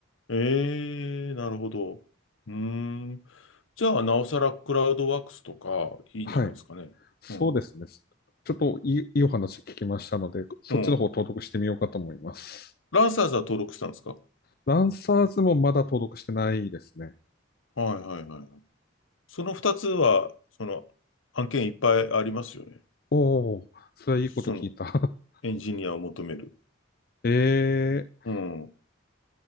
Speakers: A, on the left (about 75°); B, on the left (about 45°).
A: ええなるほど。うーん。じゃあ、なおさらクラウドワークスとかいいんじゃないですかね。
B: <laughs> はい。そうですね。
A: うん。
B: ちょっといい、いいお話聞きましたので、そっちの方登録してみようかと思います。
A: うん。ランサーズは登録したんですか
B: ランサーズもまだ登録してないですね。
A: はいはいはい。その二つは、その、案件いっぱいありますよね。
B: おお、それはいいこと聞いた。
A: その、
B: <laughs>
A: エンジニアを求める。
B: ええー
A: うん。